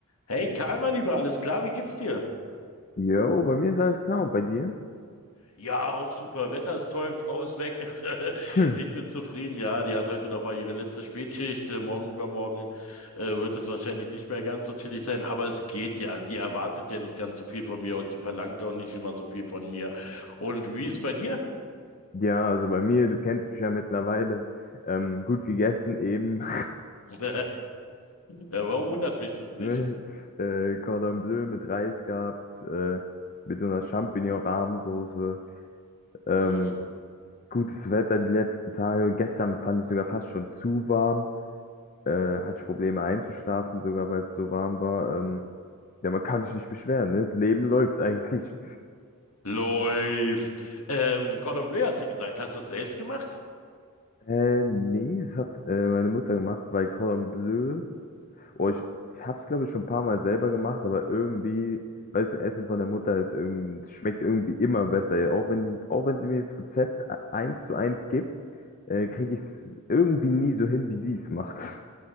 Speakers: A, on the left (about 75°); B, on the left (about 40°).
A: Hey Karl, mein Lieber, alles klar, wie geht's dir?
B: Jo, bei mir ist alles klar und bei dir?
A: Ja, auch super. Wetter ist toll, Frau ist weg. <laughs>
B: Hm.
A: Ich bin zufrieden. Ja, die hat heute noch mal ihre letzte Spätschicht. Äh, Morgen, übermorgen äh, wird es wahrscheinlich nicht mehr ganz so chillig sein, aber es geht ja. Sie erwartet ja nicht ganz so viel von mir und die verlangt auch nicht immer so viel von mir. Und wie ist bei dir?
B: Ja, also bei mir, du kennst mich ja mittlerweile. Ähm, gut gegessen eben. <laughs>
A: <laughs> Ja, warum wundert mich das nicht?
B: Ne? Äh, Cordon Bleu mit Reis gab's, äh, mit so einer Champignon-Rahmensoße. Ähm,
A: Hm.
B: gutes Wetter die letzten Tage. Gestern fand ich sogar fast schon zu warm. Äh, hatte ich Probleme einzuschlafen, sogar weil es so warm war. Ähm, ja, man kann sich nicht beschweren, ne? Das Leben läuft eigentlich.
A: Läuft. Ähm, Cordon Bleu hast du gesagt. Hast du das selbst gemacht?
B: Äh, nee, das hat äh, meine Mutter gemacht, weil Cordon Bleu, oh, ich, ich hab's glaube ich schon ein paar Mal selber gemacht, aber irgendwie, weißt du, Essen von der Mutter ist irgend, schmeckt irgendwie immer besser. Ja, Auch wenn die, auch wenn sie mir das Rezept e- eins zu eins gibt, äh, kriege ich es irgendwie nie so hin, wie sie es macht. <laughs>